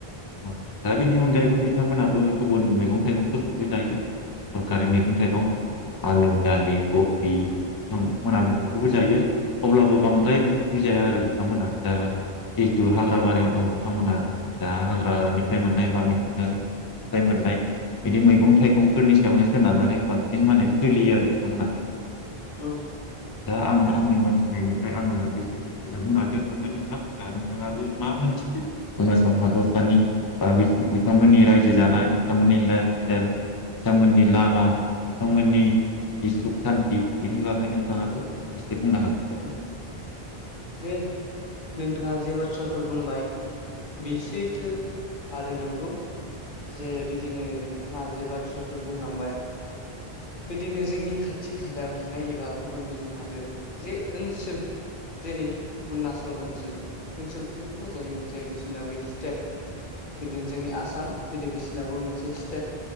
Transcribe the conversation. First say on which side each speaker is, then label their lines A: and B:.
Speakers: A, on the left; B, on the left.
A: औ दा बिनि अन गायैबो बिथांमोनाबो गुबुन मैगं थाइगंफोरखौबो जायो सरखारि मैगं थाइगं। आलु, दालि, गबि बिथांमोना बेफोरखौबो जायो अब्लाबो बांद्राय बिफोरखौ जाया आरो बिथांमोना। ओ जिहेथु हाग्रा बारियाव दं बिथांमोना दा हाग्रानिफ्राय मोननाय बा मुथिंगानिफ्राय मोननाय बिदि मैगं थाइगंफोरनि सायावनो सोनारनानै बांसिन माने सोलियो आरो बिथांमोनहा।
B: औ।
A: दा आङो आंनि मोनथिनायनिफ्राय आङो बेसो बुंनानै दोनथ'बाय नोंथां दा नोंथाङाबो मा मोथियो अरूणाचल हादरसानि बा बिसोर बिथांमोननि रायजो जानाय बिथांमोननि लाइफ स्टाइल बिथांमोननि लामा बिथांमोननि जि सुख-सान्थि बिनि बागै नोंथाङाबो एसे बुंनो हागोन दे।
B: औ जे नोंथाङा जे बाथ्राफोर बुंबाय बे सैथो आरो नंगौ। जे बिदिनो नोंथाङा जे बाथ्राफोर बुंलांबाय बिदिनो जोंनि खाथि खालायाव थानाय एबा गुबुन बिदिनो हादोर जे ओनसोल जेरै अरुनाचल ओनसोल ओनसोलखौनो बुंजायोमोन जे बिसिना बे स्टेट बिदिनो जोंनि आसाम बेदि बिसिनाबो मोनसे स्टेट।